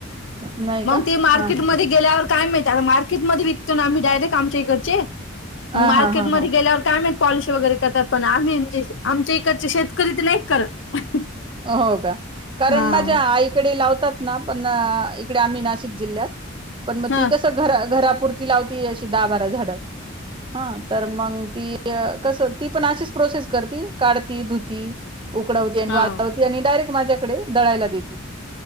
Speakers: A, on the right; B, on the left.
A: नाही
B: मग
A: का
B: ते मार्केटमध्ये
A: हा
B: गेल्यावर काय माहित मार्केटमध्ये विकतोना आम्ही डायरेक्ट आमच्या इकडचे
A: हा
B: मग मार्केटमध्ये
A: हा हा हा
B: गेल्यावर काय माहित पॉलिश वगैरे करतात पण आम्ही म्हणजे आमच्या इकडचे शेतकरी तर नाही करत
A: हो का कारण
B: हा.
A: माझ्या आईकडे लावतात. लावतात ना इकडे आम्ही नाशिक जिल्हात पण मग
B: हा
A: ती कसं घरात पुरती लावती दहा-बारा झाड हा मग ती कसं ती पण अशीच प्रोसेस कर काढती धुती उकडवती आणि
B: हा
A: वाळवती आणि डायरेक्ट माझ्याकडे दळायला देती